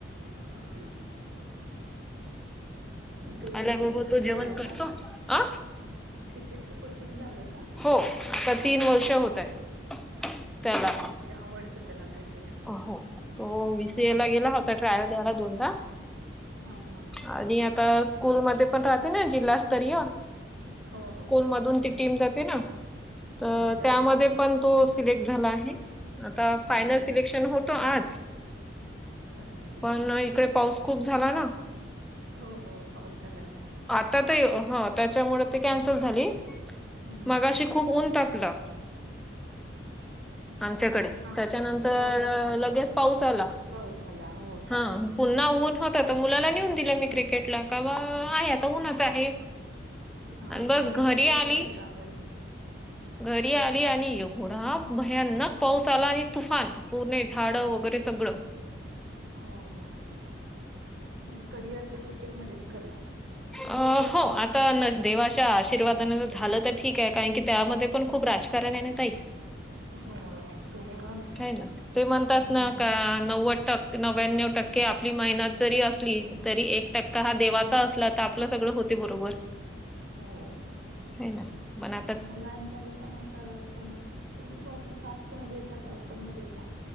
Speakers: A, on the right; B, in the centre.
A: हा हा क्रिकेटच
B: आल्या बरोबर
A: कोचिंग
B: तो जेवण
A: लावलंय
B: करतो
A: का
B: अ
A: क्रिकेटचं कोचिंग लावलं का
B: हो आता तीन वर्ष होताये. त्याला
A: हा म्हणजे आवडतं त्याला क्रिकेट
B: हो तो वीसीए ला गेला होता ट्रायल द्यायला दोनदा
A: हा हा हा
B: आणि आता स्कूल मध्ये पण राहते ना जिल्हा स्तरीय
A: हो हो
B: स्कूल मधून ती टीम जाते ना तर
A: हो जाते
B: त्यामध्ये
A: की
B: पण तो सिलेक्ट झाला आहे आता
A: हा
B: फायनल
A: हा
B: सिलेक्शन होतो आज
A: बर
B: पण इकडे पाऊस खूप झाला ना
A: हो हो पाऊस झाला.
B: आता तर ह त्याच्यामुळे ती कॅन्सल झाली.
A: हा
B: मगाशी
A: हा
B: खूप ऊन तापला आमच्याकडे
A: हा
B: त्याच्यानंतर तर
A: हो हो
B: लगेच पाऊस आला
A: पाऊस आला होय
B: हा पुन्हा ऊन होत तर मुलाला नेऊन दिले मी क्रिकेटला का बा आहे आता ऊनच आहे.
A: हा
B: आणि
A: मग
B: बस
A: येते
B: घरी
A: काय
B: आली
A: खेळता वगैरे
B: घरी आली आणि एवढा भयानक पाऊस आला आणि तुफान पूर्ण झाडं वगैरे सगळं
A: हो हो म्हणजे करिअर तो क्रिकेट मध्येच करणार.
B: अ हो आता देवाच्या आशीर्वादान झालं तर ठीक आहे कारण की त्यामध्ये पण खूप राज हॅलो नीनी ताई
A: हो राजकरण
B: काय ना ते म्हणतात
A: आणि
B: ना का
A: आणि
B: नव्वद टक्के नव्याण्णव टक्के आपली मेहनत जरी असली तरी एक टक्का हा देवा- चा असला तर आपलं सगळं होते बरोबर.
A: हो
B: हो ना म <inaudible>
A: मुलांच्या हिच्यानुसार पण. तुम्ही कोणती कास्ट मध्ये येता काय ओपन मध्ये येता.